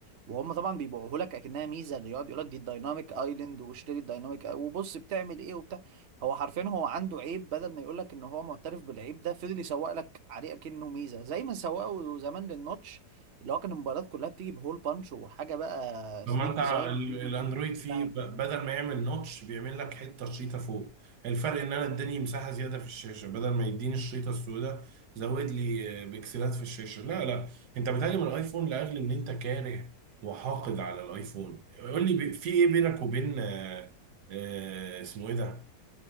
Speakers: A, on the right (about 50°); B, on the right (about 70°).
A: وهم طبعا بيبيعوه لك اكنها ميزه اللي يقعد يقول لك دي الدايناميك ايلاند واشتري الدايناميك آي- وبص بتعمل ايه وبتاع هو حرفيا هو عنده عيب بدل ما يقول لك ان هو معترف بالعيب ده فضل يسوق لك عليه اكنه ميزه زي ما سوقوا زمان للنوتش اللي هو كان الموبايلات كلها بتيجي بهول بانش وحاجه بقى
B: طب
A: سليك
B: ما انت
A: ديزاين
B: ال- الاندرويد فيه
A: بتاع
B: ب- بدل ما يعمل نوتش بيعمل لك حته شريطه فوق الفرق ان انا اداني مساحه زياده في الشاشه بدل ما يديني الشريطه السوداء زود لي آه، بكسلات في الشاشه لا لا انت بتهاجم الايفون لاجل ان انت كاره وحاقد على الايفون قول لي بي- في ايه بينك وبين آه، آه، اسمه ايه ده